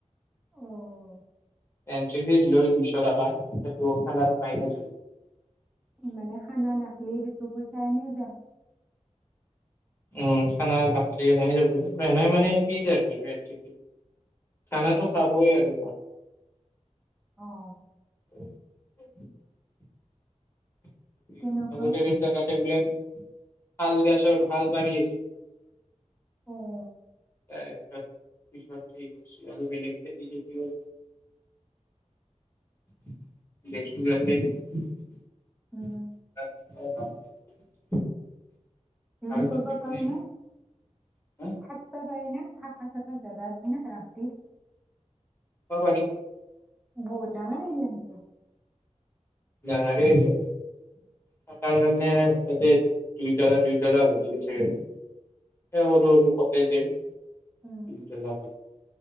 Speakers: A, in the centre; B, on the left (about 20°).
A: অ',
B: এণ্ট্ৰি ফিচ লয় দুইশ টকা হেতু খানাত মাইনাচ হৈ যায়।
A: মানে খানা নাখলি সেইটো পইচা এনে যায়।
B: উম ', খানা নাখালি এনাই যাবাই মানে আৰু খানাটো খাবই আৰু
A: অহ',
B: <unintelligible> <inaudible>
A: কেনেকুৱা?
B: তাতে বোলে শাল গছ, ভাল বাঢ়ি,
A: অ',
B: <unintelligible>
A: উম',
B: <unintelligible>
A: হেৰি কৰিব
B: তাতে মানে
A: পাৰি নে',
B: এগ্ৰিকালচাৰ
A: থাকবা পাৰি নে? থাকা - চাকা জেগা আছে নে', ৰাতি?
B: পাৰি
A: বৌ দাঙৰে নি আনিছে?
B: নালাগে দিয়া থাকাৰ কাৰনে ছবে দুইটালা-দুইটালা হেৰি আছে, এ', সৰু-সৰু কটেযে। দুইটলা
A: উম,
B: হয়।